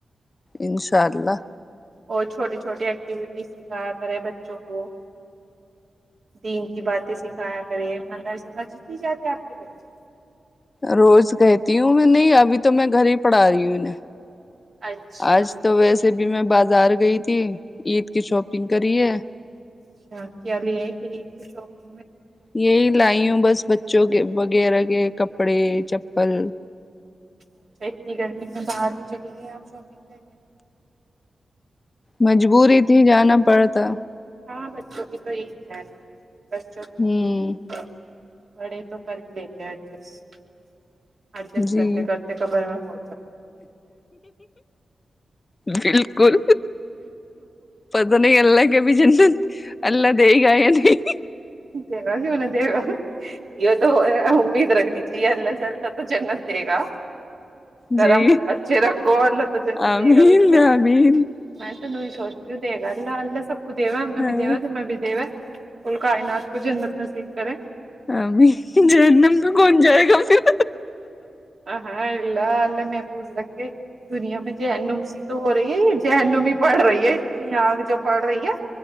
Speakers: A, on the left (about 30°); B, on the right (about 65°).
A: انشاء اللہ
B: اور چھوٹی چھوٹی ایکٹیویٹیز سکھایا کرے بچوں کو دین کی باتیں سکھایا کرے مندرس مسجد بھی جاتے آپ کے بچے
A: روز کہتی ہوں میں نہیں ابھی تو میں گھر ہی پڑھا رہی ہوں انہیں
B: اچھا
A: آج تو ویسے بھی اب میں بازار گئی تھی عید کی شاپنگ کری ہے
B: اچھا کیال آ پری شاپگ
A: یہی لائی ہوں بس بچوں کے وغیرہ کے کپڑے چپل
B: اچھا اتنی گرمی میں باہر بھی چلے گئے آپ شاپنگ کرنے
A: مجبوری تھی جانا پڑتا
B: ہاں بچوں کی تو عید ہے بسوں
A: ہوں
B: کی ہی ہےید بڑے تو کر ہی لیتے ایڈجسٹ ایڈجسٹ
A: جی
B: کرتے کرتے قبر میں ہو
A: بالکل پت نہیں اللہ کہب ج اللہ دے گ ہے نہیں
B: دے گا کیوں نہیں دے گا یہ تو امید رگنی جی ل لگ ل تو جنت دے گا گرم
A: جی
B: اچھے رگو اور لت جنت
A: آمین
B: دے گا بالکل
A: آمین
B: میں ت یہ سوچتی ہ گ جاال اللہ سب ا دو ہم
A: ہاں
B: بھی د دیوا تم بھی دیو کاائے ناش کو ج سف کریں
A: ابھی جنم پ کون جائے گا پھر
B: ہاں علہ ال میں پوز ل کہ دنیا میں جہن نم س تو ہو رہی ہے جہن نمیمی پڑ رہی ہے اتنی آگ جو پڑھ رہی ہے